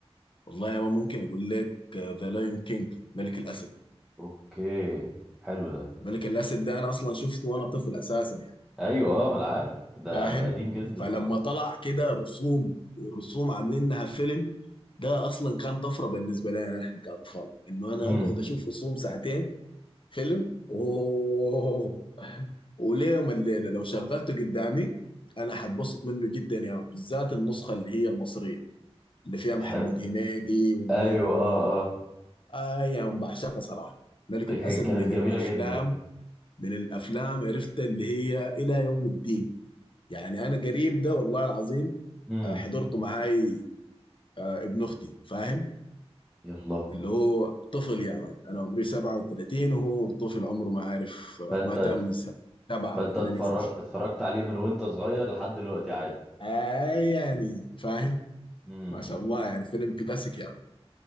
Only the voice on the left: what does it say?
والله يا مان ممكن اقول لك ذا لايون كينج ملك الاسد
ملك الاسد ده انا اصلا شفته وانا طفل اساسا يعني
فاهم
فلما
طلع كده رسوم والرسوم عاملينها فيلم ده اصلا كان طفره بالنسبه لنا احنا كاطفال انه انا
اقعد اشوف رسوم ساعتين فيلم اوه وليوم الليله لو شغلته قدامي انا هتبسط منه جدا يا يعني بالذات النسخه اللي هي المصريه اللي فيها
محمد هنيدي ومنو
ومنو
آه يا يعني بعشقها صراحه ملك الاسد
من
الافلام
من الافلام عرفت اللي هي الى يوم الدين يعني انا قريب ده والله العظيم
آه، حضرته معاي آه، ابن اختي فاهم
اللي هو طفل يعني انا عمري 37 وهو طفل عمره ما عارف آه،
ما تم
س- سبعة
ولا ثمانية
سنين
اي يعني فاهم
ما شاء الله يعني فيلم كلاسيك يعني